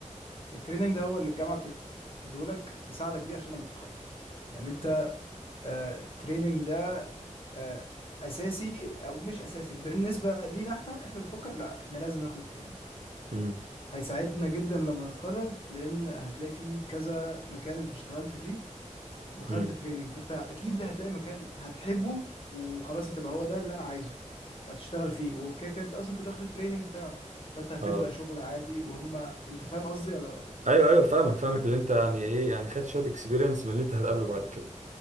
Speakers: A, on the left; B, on the right.
A: التريننج ده هو اللي الجامعة بتديهولك تساعدك بيه عشان لما تتخرج يعني انت آه التريننج ده آه اساسي او مش اساسي بالنسبة لينا احنا احنا بنفكر لا احنا لازم ناخد التريننج
B: امم
A: هيساعدنا جدا لما نتخرج لان هتلاقي فيه كذا مكان انت اشتغلت فيه وخدت
B: امم
A: تريننج فانت اكيد هتلاقي مكان هتحبه وخلاص هتبقى هو ده اللي انا عايزه فهتشتغل فيه وكده كده انت اصلا كنت واخد التريننج بتاعه فانت هتبدأ
B: اه
A: شغل عادي وهم انت فاهم قصدي ولا
B: ايوه ايوه فاهمك فاهمك
A: تمام؟
B: اللي انت يعني ايه يعني خدت شويه اكسبيرينس من اللي انت هتقابله بعد كده